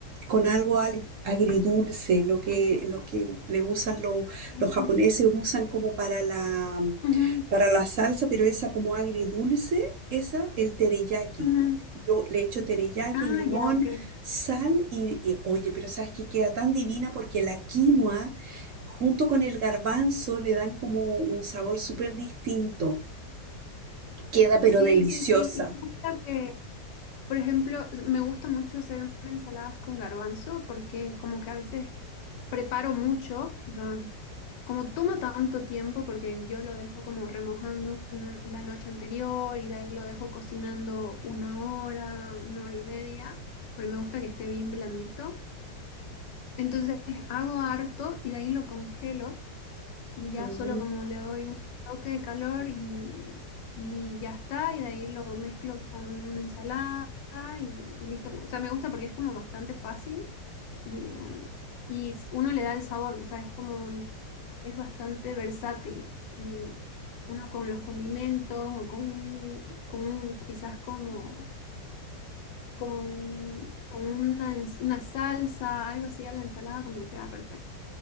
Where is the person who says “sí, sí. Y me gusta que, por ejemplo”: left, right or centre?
Left